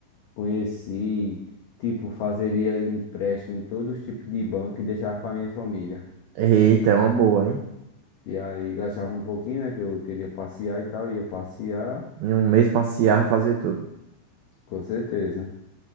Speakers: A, on the left; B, on the right.
A: conheci, tipo, fazeria empréstimo em todos os tipos de banco e deixava para minha família.
B: Eita, é uma boa, hein?
A: E aí gastava um pouquinho, né? Que eu queria passear e tal, ia passear,
B: Em um mês passear e fazer tudo.
A: com certeza.